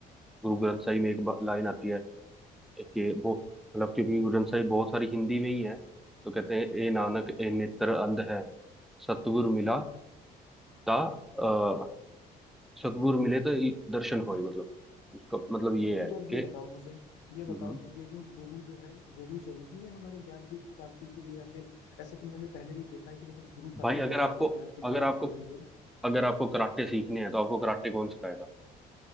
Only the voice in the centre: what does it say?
ग्रंथ साहिब में एक लाइन आती है कि वो मतलब क्योंकि गुरु ग्रंथ साहिब बहुत सारी हिंदी में ही है तो कहते हैं ए नानक ए नेत्र अंध है सतगुरु मिला ता अ, सद्गुर मिले तो ई- दर्शन होए मतलब उसका मतलब ये
है
कि
हम्म
भाई अगर
आपको
अगर आपको
अगर आपको कराटे सीखने हैं तो आपको कराटे कौन सिखाएगा